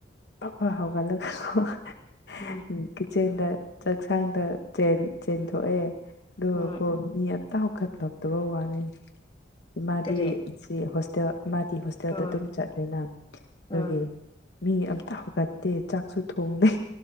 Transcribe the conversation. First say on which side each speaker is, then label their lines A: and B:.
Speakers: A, on the left; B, on the left.
A: ꯇꯞꯅ ꯍꯥꯎꯒꯠꯂꯒꯀꯣ <unintelligible>
B: ꯎꯝ
A: ꯀꯤꯠꯆꯦꯟꯗ ꯆꯥꯛꯁꯥꯡꯗ ꯆꯦꯟ ꯆꯦꯟꯊꯣꯛꯑꯦ ꯑꯗꯨꯒꯀꯣ
B: ꯎꯝ
A: ꯃꯤ ꯑꯇꯥꯎ <unintelligible> ꯋꯥꯅꯦ ꯏꯃꯗꯤ
B: ꯀꯔꯤ
A: ꯖꯤ ꯍꯣꯁꯇꯦꯜ ꯃꯥꯗꯤ ꯍꯣꯁ <unintelligible>
B: ꯑꯣ
A: ꯑꯗꯨꯝ ꯆꯠꯂꯦꯅ ꯑꯗꯨꯒꯤ
B: ꯑꯣ
A: ꯃꯤ ꯑꯝꯇ ꯍꯧꯒꯠꯇꯦ ꯆꯥꯛꯁꯨ ꯊꯣꯡꯗꯦ